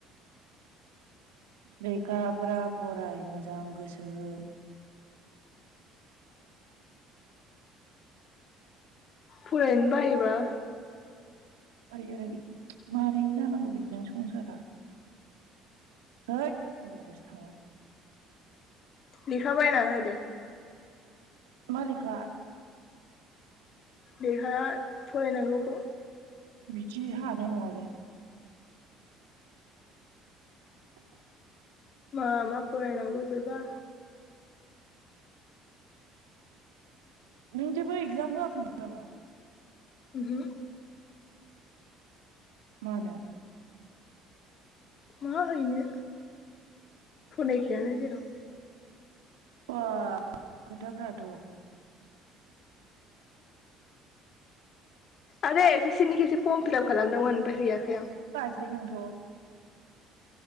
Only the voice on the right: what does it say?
लेखाफ्रा फराय मोजां गोसो हो।
ओइ ओइ मारै जानांगौ बिदिजों संसारा होद अबावबासो थांबाय।
मा लेखा?
बिदि हानाय नङालै। <inaudible>
नों जेबो इग्जाम होआखैमोन नामा?
मानो?
बा खोथाफ्राथ'।
सै नोंथ'?